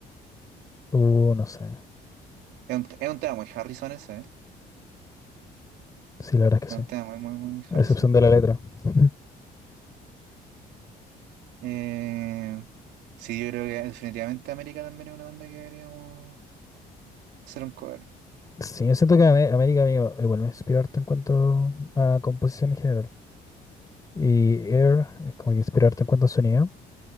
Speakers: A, on the left; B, on the right.
A: Uh, no sé.
B: Es un, es un tema muy Harrison ese, ¿eh?
A: Sí, la verdad es
B: Es
A: que
B: un
A: sí.
B: tema muy, muy, muy
A: A
B: Harrison.
A: excepción de la letra. <laughs>
B: Eh, sí, yo creo que definitivamente América también es una banda que deberíamos hacer un cover.
A: Sí, yo siento que Amé- América a mí igual me inspira harto en cuanto a composición en general. Y Air es como que inspira harto en cuanto a sonido.